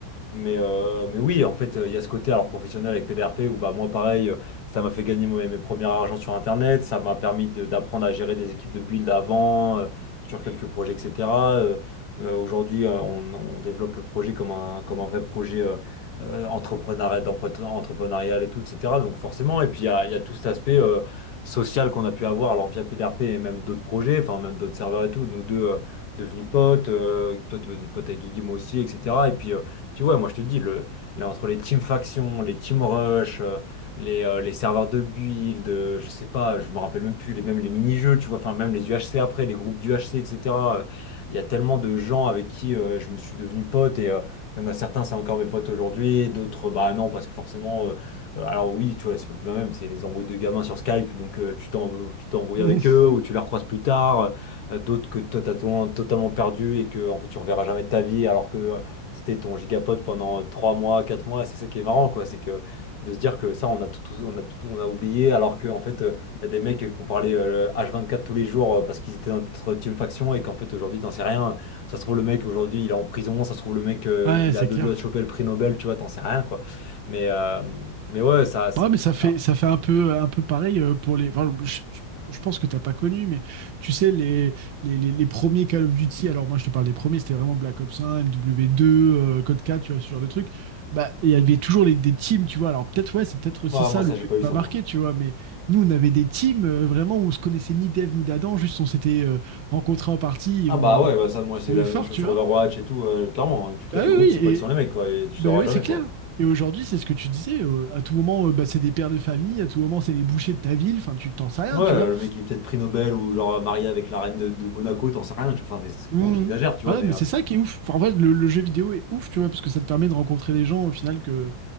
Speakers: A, on the left; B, on the right.
A: mais, euh, mais oui, en fait, euh, il y a ce côté alors professionnel avec PDRP où bah, moi, pareil, euh, ça m'a fait gagner mes, mes premiers argent sur Internet, ça m'a permis de- d'apprendre à gérer des équipes de build avant, euh, sur quelques projets, etc. Euh, euh, aujourd'hui, euh, on, on développe le projet comme un, comme un vrai projet euh, euh, entrepreneurial, d'empre- entrepreneurial et tout, etc. Donc forcément, et puis il y a, il y a tout cet aspect euh, social qu'on a pu avoir alors via PDRP et même d'autres projets, enfin même d'autres serveurs et tout, nous deux euh, devenus potes, euh, toi t'es devenu pote avec Guigui, moi aussi, etc. Et puis euh, puis ouais, moi je te dis, le, là entre les team factions, les team rush, euh, les, euh, les serveurs de build, euh, je sais pas, je me rappelle même plus, les, même les mini-jeux, tu vois, enfin même les UHC après, les groupes d'UHC, etc. euh, Il y a tellement de gens avec qui euh, je me suis devenu pote et euh, il y en a certains, c'est encore mes potes aujourd'hui, d'autres, bah non, parce que forcément, euh, euh, alors oui, tu vois, c'est pas même, c'est les embrouilles de gamins sur Skype, donc euh, tu t'embrouilles tu t'embrouilles
B: <laughs>
A: avec eux ou tu les recroises plus tard. euh, euh, d'autres que toi t'as totalement totalement perdu et que en fait tu reverras jamais de ta vie alors que euh, c'était ton gigapod pendant trois mois, quatre mois. C'est ça qui est marrant, quoi. C'est que de se dire que ça, on a tout, tout- on a tout, on a oublié, alors qu'en fait, euh, il y a des mecs qu'on parlait euh, H24 tous les jours euh, parce qu'ils étaient dans notre team faction et qu'en fait, aujourd'hui, t'en sais rien. Ça se trouve, le mec, aujourd'hui, il est en prison. Ça se trouve, le mec, euh,
B: Ouais,
A: il
B: c'est
A: a deux
B: clair.
A: doigts de choper le prix Nobel, tu vois, t'en sais rien, quoi. Mais, euh, mais ouais, ça, ça-
B: Ouais, mais ça fait,
A: Alors,
B: ça fait un peu, un peu pareil euh, pour les. Enfin, je, je- je pense que t'as pas connu, mais tu sais, les, les, les, les premiers Call of Duty, alors moi je te parle des premiers, c'était vraiment Black Ops 1, MW2, euh, Code 4, tu vois, ce genre de truc. Bah, il y avait toujours les, des teams, tu vois. Alors peut-être, ouais, c'est peut-être aussi
A: ouais,
B: ça
A: moi, ça,
B: le
A: j'ai
B: jeu
A: pas
B: qui
A: eu
B: m'a
A: ça,
B: marqué,
A: moi.
B: tu vois, mais nous, on avait des teams euh, vraiment où on se connaissait ni d'Eve ni d'Adam, juste on s'était euh, rencontrés en partie
A: Ah
B: et on,
A: bah ouais,
B: on
A: bah ça
B: s'était
A: moi c'est
B: trouvés
A: la
B: forts,
A: même chose
B: tu
A: sur
B: vois.
A: Overwatch et tout, euh, clairement, hein. tu crées
B: Bah
A: des
B: oui,
A: groupes, c'est pas
B: oui,
A: que sur les mecs quoi, et tu sauras
B: ben oui,
A: jamais
B: c'est clair.
A: quoi.
B: Et aujourd'hui, c'est ce que tu disais. euh, à tout moment, euh, bah, c'est des pères de famille. À tout moment, c'est les bouchers de ta ville. Enfin, tu t'en sais rien,
A: Ouais,
B: tu vois.
A: le mec qui est peut-être prix Nobel ou genre marié avec la reine de, de Monaco, t'en sais rien. Tu vois, enfin, des-
B: Mhm.
A: bon, j'exagère, tu vois,
B: Voilà,
A: mais
B: mais
A: euh,
B: c'est ça qui est ouf. Enfin, en vrai, le, le jeu vidéo est ouf, tu vois, parce que ça te permet de rencontrer des gens au final que